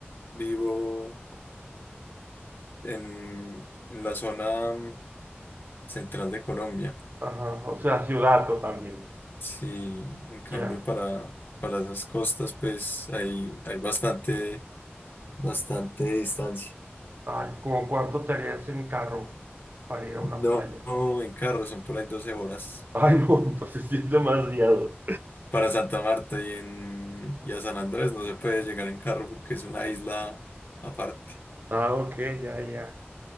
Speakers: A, on the left; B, on the right.
A: vivo en, en la zona mm, central de Colombia.
B: Ajá, o sea, ciudad totalmente.
A: Sí, en cambio
B: Ya.
A: para, para esas costas, pues hay, hay bastante, bastante distancia.
B: Ay, ¿cómo cuánto te harías en carro para ir a una
A: No,
B: playa?
A: no, en carro son por ahí 12 horas.
B: Ay, no, <laughs> entonces sí es demasiado.
A: para Santa Marta y, en, y a San Andrés no se puede llegar en carro porque es una isla aparte.
B: Ah, ok, ya, ya.